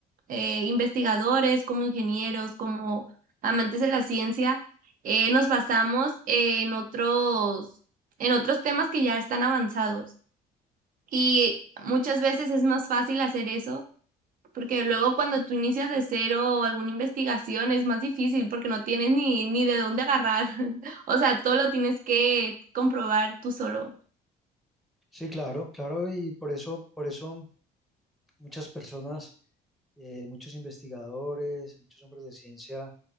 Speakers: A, on the right; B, in the centre.
A: eh, investigadores, como ingenieros, como amantes de la ciencia, eh, nos basamos en otros, en otros temas que ya están avanzados. Y muchas veces es más fácil hacer eso, porque luego cuando tú inicias de cero o alguna investigación es más difícil porque no tienes ni, ni de dónde agarrar. <laughs> O sea, todo lo tienes que comprobar tú solo.
B: Sí, claro, claro, y por eso, por eso muchas personas, eh, muchos investigadores, muchos hombres de ciencia